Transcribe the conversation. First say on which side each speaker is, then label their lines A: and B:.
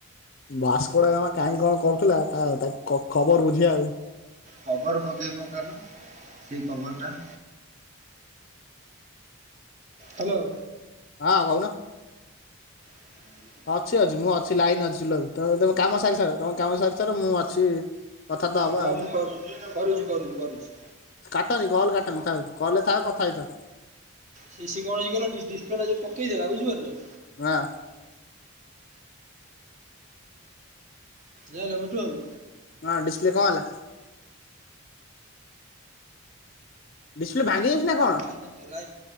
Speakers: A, on the left; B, on the right.
A: ଭାସ୍କୋଡ଼ାଗାମା କାହିଁ କଣ କରୁଥିଲା, ତା ତା ଖ ଖବର ବୁଝିବା ଆଉ।
B: କଭର ପକେଇ ପକା ନା ସେଇ କଭର ଟା। ହାଲୋ।
A: ହଁ କହୁନ।
B: ହୁଁ
A: ଅଛି ଅଛି ମୁଁ ଅଛି ଲାଇନ୍ ଅଛି ଶିଲୁ ବାବୁ। ତମେ କାମ ସାରି ସାର ତମେ କାମ ସାରି ସାର ମୁଁ ଅଛି କଥାବାର୍ତ୍ତା ହବା
B: ହଁ
A: ଆଉ
B: ମୁଁ କର କରୁଚି କରୁଚି କରୁଚି।
A: କାଟନି କଲ୍ କାଟନି ଥାଉ। କଲ୍ ଥାଓ କଥା ହେଇ ଥାଅ।
B: ସେ ସି କଣ ହେଇଚି କହିଲ ଡିସପ୍ଲେ ଟା ଯଉ ପକେଇ ଦେଲା ବୁଝିପାରୁଚ
A: ହଁ।
B: ଯାଇଁଲ ମିଠୁ ବାବୁ।
A: ହଁ ଡିସପ୍ଲେ କଣ ହେଲା? ଡିସପ୍ଲେ ଭାଙ୍ଗି ଯାଇଛି ନା କଣ?
B: ଲାଇନ୍ ରେ ଥାଅ, ଲାଇନ୍